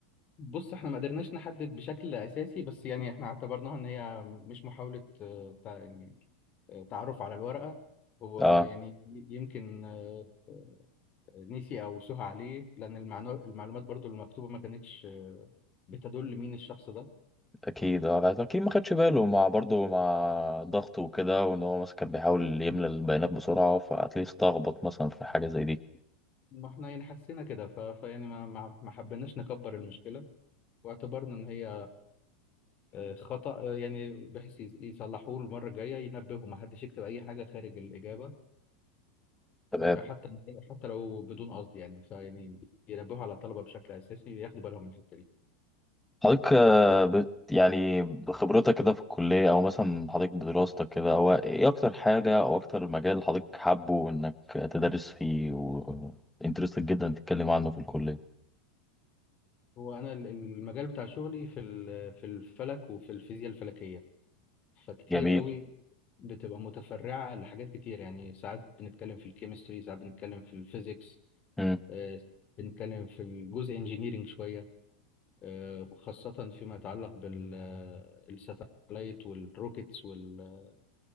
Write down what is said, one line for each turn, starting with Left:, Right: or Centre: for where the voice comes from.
Left: بص احنا ما قدرناش نحدد بشكل أساسي بس يعني احنا اعتبرناها إن هي مش محاولة آه، تع- يعني آه، تعرف على الورقة هو
Centre: اه
Left: يعني يمكن آه، نسي او سهى عليه لان المعنو... المعلومات برضو المكتوبه ما كانتش آه، بتدل مين الشخص ده
Centre: اكيد اه اكيد ما خدش باله مع برضه مع ضغط وكده وان هو مثلا كان بيحاول يملى البيانات بسرعه فاتليست اتلخبط مثلا في حاجه زي دي
Left: ما احنا يعني حسينا كده ف... فيعني ما ما ما حبيناش نكبر المشكله واعتبرنا ان هي آه، خطأ آه، يعني بحيث يس- يصلحوه المره الجايه ينبهوا ما حدش يكتب اي حاجه خارج الاجابه
Centre: تمام
Left: آه، حتى حتى لو بدون قصد يعني فيعني ينبهوا على الطلبه بشكل اساسي ياخدوا بالهم من الحته دي
Centre: حضرتك آه، بت يعني بخبرتك كده في الكلية أو مثلا حضرتك بدراستك كده هو إيه أكتر حاجة أو أكتر مجال حضرتك حابه إنك تدرس فيه وإنترستد جدا تتكلم عنه في الكلية
Left: هو انا ال- المجال بتاع شغلي في ال- في الفلك وفي الفيزياء الفلكيه فكتير
Centre: جميل
Left: قوي بتبقى متفرعة لحاجات كتير يعني ساعات بنتكلم في الكيمستري ساعات بنتكلم في الفيزيكس
Centre: مم.
Left: آه، بنتكلم في الجزء انجينيرينج شوية آه، وخاصة فيما يتعلق بالساتلايت والروكيتس وال